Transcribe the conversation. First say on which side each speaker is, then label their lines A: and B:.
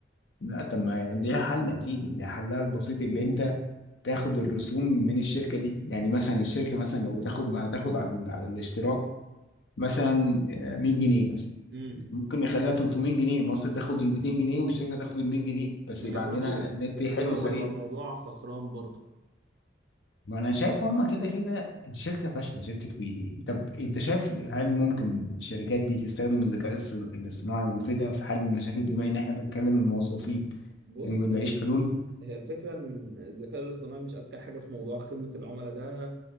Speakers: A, on the left; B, on the right.
A: لا طب ما ليها حل اكيد ليها حلها البسيط اللي انت تاخد الرسوم من الشركه دي يعني مثلا الشركه مثلا لو بتاخد هتاخد على ال- على الاشتراك مثلا آه، 100 جنيه مثلا
B: امم
A: ممكن نخليها 300 جنيه مصر تاخد ال 200 جنيه والشركه تاخد ال 100 جنيه بس
B: ما
A: يبقى
B: هي برضه
A: عندنا نت
B: بالنسبة
A: حلو
B: لهم
A: وسريع
B: هيبقى الموضوع خسران برضه
A: ما انا شايف هما كده كده الشركه فاشله شركه ويدي طب انت شايف هل ممكن الشركات دي تستخدم الذكاء الص- الاصطناعي ويفيدها في حل المشاكل بما ان احنا بنكلم الموظفين
B: بص
A: وما بنلاقيش
B: هي
A: حلول
B: هي الفكرة إن الذكاء الاصطناعي مش أذكى حاجة في موضوع خدمة العملاء ده